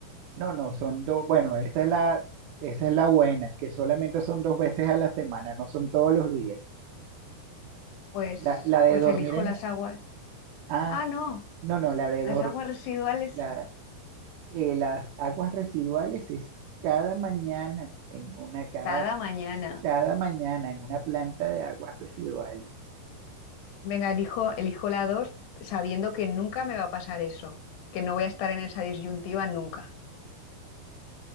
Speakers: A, on the right; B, on the left.
A: No, no, son dos. Bueno, esa es la, esa es la buena, que solamente son dos veces a la semana, no son todos los días.
B: Pues,
A: La, la de
B: pues
A: dormir
B: elijo
A: en
B: las
A: la,
B: aguas.
A: ah,
B: Ah, no,
A: no, no, la de
B: las
A: dormir
B: aguas residuales
A: La- eh, las aguas residuales es cada mañana en una, cada,
B: cada mañana.
A: cada mañana en una planta de aguas residuales.
B: Venga, elijo, elijo la dos sabiendo que nunca me va a pasar eso, que no voy a estar en esa disyuntiva nunca.